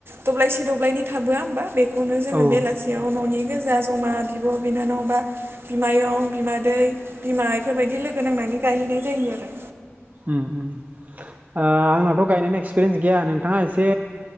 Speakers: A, on the right; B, on the right.
A: दब्लायसे दब्लायनै थाबोआ होमबा बेखौनो जोङो
B: औ उम
A: बेलासियाव न'नि गोजा जमा बिब' बिनानाव बा बिमायं बिमादै बिमा बेफोरबायदि लोगो नांनानै गायहैनाय जायो आरो
B: उम उम आंनावथ' गायनायनि एक्सपिरियेन्स गैया नोंथाङा एसे